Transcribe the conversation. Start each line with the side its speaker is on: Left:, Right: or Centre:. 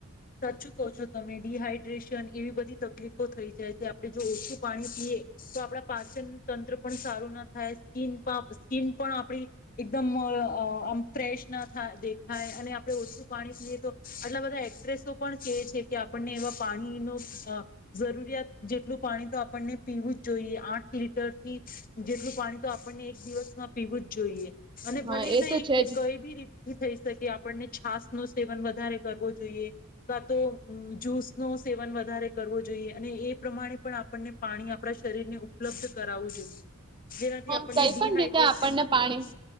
Left: સાચું કહો છો તમે ડિહાઈડ્રેશન એવી બધી તકલીફો થઈ જાય છે આપડે જો ઓછું પાણી પીએ તો આપડા પાચન તંત્ર પણ સારું ના થાય સ્કીન સ્કીિન પણ આપણી એકદમ આમ ફ્રેશ ના થાય દેખાય અને આપડણે ઓછું પાણી પીએ તો આટલા બધા એ્રે પણ કે છે કે આપણને એવા પાણી ન જરૂરિયાત જેટલું પાણી તો આપણને પીવું જ જોઈએ આઠ લીટરથી જેટલું પાણી તો આપણને એક દિવસમાં પીવું જ જોઈએ. અને
Right: હા
Left: ભલે
Right: એ
Left: ન
Right: તો છે જ
Left: કોઈ બી રીતે થઈ શકે આપણને છાસ નું સેવન વધારે કરવો જોઈએ. તો જુસ નો સેવન વધારે કરવું જોઈએ અને એ પ્રમાણે પણ આપણને પાણી આપણા શરીરને ઉપલબ્ધ કરાવવું જોઈએ. જેનાથી
Right: હા
Left: આપણને
Right: કઈ
Left: ડિહાઈડ્રેશન
Right: પણ રીતે આપણને
Left: ના થાય
Right: પાણી